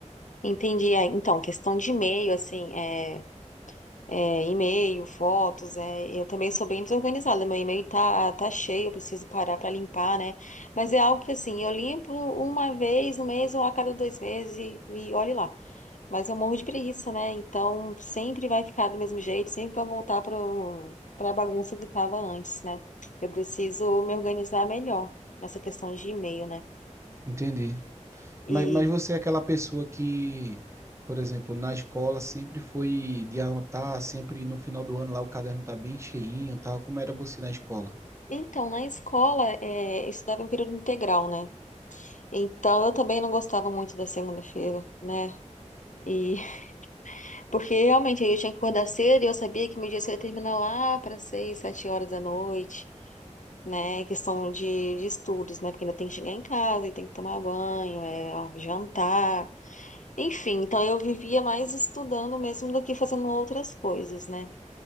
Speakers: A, on the left; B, on the right.
A: Entendi. Ah, Então, questão de e-mail, assim, é. é, e-mail, fotos, é, eu também sou bem desorganizada, meu e-mail tá, tá cheio, eu preciso parar para limpar, né? Mas é algo que assim, eu limpo uma vez no mês ou a cada dois meses e, e olhe lá. Mas eu morro de preguiça, né? Então sempre vai ficar do mesmo jeito, sempre vai voltar pro, pra bagunça que tava antes, né? Eu preciso me organizar melhor nessa questão de e-mail, né?
B: Entendi.
A: E
B: Mas, mas você é aquela pessoa que, por exemplo, na escola sempre foi de anotar, sempre no final do ano lá o caderno tá bem cheinho, tal. Como era você na escola?
A: então, na escola, é, eu estudava em período integral, né? Então, eu também não gostava muito da segunda-feira, né? E <laughs> porque realmente eu tinha que acordar cedo e eu sabia que meu dia cedo ia terminar lá para seis, sete horas da noite, né? Questão de, de estudos, né? Porque ainda tem que chegar em casa e tem que tomar banho, é, ó, jantar, enfim. Então eu vivia mais estudando mesmo do que fazendo outras coisas, né?